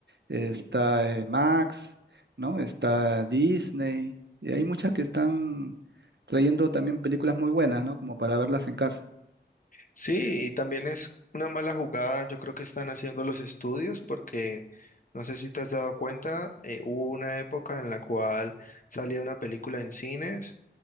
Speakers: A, on the right; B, on the left.
A: eh, está eh, Max, ¿no? Está Disney, y hay muchas que están trayendo también películas muy buenas, ¿no? Como para verlas en casa.
B: Sí, y también es una mala jugada, yo creo que están haciendo los estudios porque no sé si te has dado cuenta, eh, hubo una época en la cual salía una película en cines